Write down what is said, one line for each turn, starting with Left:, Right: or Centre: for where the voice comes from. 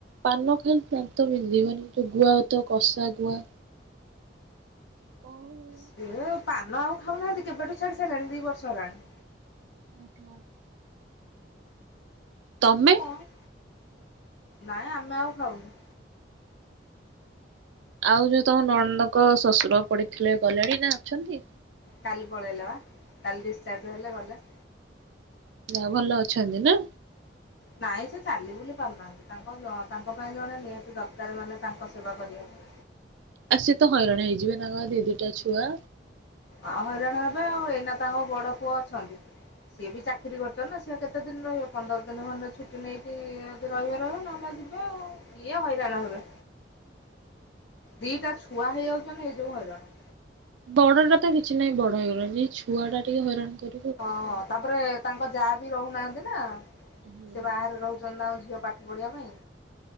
Right: ପାନ ଖାଇଲେ ଦାନ୍ତ ବିନ୍ଧିବନି ଯୋଉ ଗୁଆ ତ କଷା ଗୁଆ। <unintelligible>
Left: ସେ ପାନ ଆଉ ଖାଉନାହାନ୍ତି କେବେଠୁ ଛାଡି ସାରିଲାଣି ଦି ବର୍ଷ ହେଲାଣି।
Right: <unintelligible> ତମେ
Left: ହଁ କଣ, ନାଇଁ ଆମେ ଆଉ ଖାଉନୁ।
Right: ଆଉ ଯୋଉ ତମ ନଣନ୍ଦଙ୍କ ଶ୍ୱଶୁର ପଡିଥିଲେ ଗଲେଣି ନା ଅଛନ୍ତି?
Left: କାଲି ପଳେଇଲେ ବା କାଲି ଡିସଚାର୍ଜ ହେଲେ ଗଲେ।
Right: ଯାହଉ ଭଲ ଅଛନ୍ତି ନା?
Left: ନାଇଁ ସେ ଚାଲି ବୁଲି ପାରୁନାହାନ୍ତି ତାଙ୍କ-ତାଙ୍କ ପାଇଁ ଜଣେ ନିହାତି ଦରକାର ମାନେ ତାଙ୍କ ସେବା କରିବାକୁ।
Right: ଆଉ ସିଏ ତ ହଇରାଣ ହେଇଯିବେ ତାଙ୍କର ଦି ଦିଟା ଛୁଆ।
Left: ଆଉ ହଇରାଣ ହେବେ ଆଉ ଏଇନା ତାଙ୍କ ବଡ ପୁଅ ଅଛନ୍ତି। ସିଏ ବି ଚାକିରି କରିୁଚନ୍ତି ନା, ସିଏ ଆଉ କେତେ ଦିନ ରହିବେ ପନ୍ଦର ଦିନ ଖଣ୍ଡ ଛୁଟି ନେଇକି ଯଦି ରହିବେ-ରହିବେ ନହେଲେ ଯି ବେ ଆଉ ଇଏ ହଇରାଣ ହେବେ। ଦିଟା ଛୁଆ ହେଇଯାଉଚନ୍ତି ଏଇ ଯୋଗୁ ହଇରାଣ।
Right: ବଡଟା ତ କିଛି ନାଇଁ ବଡ ହେଇଗଲାଣି ଏଇ ଛୁଆ ଟା ଟିକେ ହଇରାଣ କର୍
Left: ହଁ ତାପରେ ତାଙ୍କ ଜା ବି ରହୁନାହାନ୍ତି ନା,
Right: ନା। ହୁଁ।
Left: ସେ ବାହାରେ ରହୁଛନ୍ତି ତାଙ୍କ ଝିଅ ପାଠ ପଢ଼ଆ ପାଇଁ,